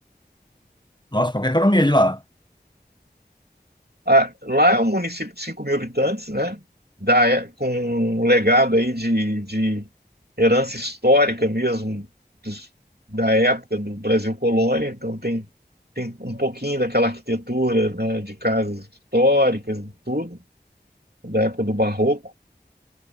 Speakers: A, on the left; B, on the right.
A: Nossa, qual que é a economia de lá?
B: Ah, lá é um município de cinco mil habitantes, né? Da, é- com um legado aí de, de herança histórica mesmo dos- da época do Brasil colônia. Então tem, tem um pouquinho daquela arquitetura, né, de casas históricas e tudo, da época do Barroco.